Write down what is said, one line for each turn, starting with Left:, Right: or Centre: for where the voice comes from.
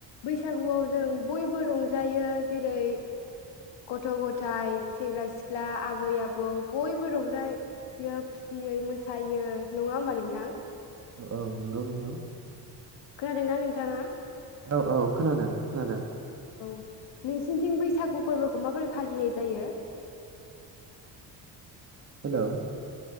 Left: बैसागुआव जों बयबो रंजायो जेरै गथ' गथायाइ सेंग्रा सिख्ला आबै आबौ बयबो रंजा बियो खुसियै मोसायो नंङा होमबा नोंथां।
Right: औ नंगौ नोंथां।
Left: खोनादोंना नोंथांङा?
Right: औ औ खोनादों खोनादों।
Left: औ नोंसिनिथिं बैसागु फोरबोखौ माबोरै फालिनाय जायो।
Right: हेलौ।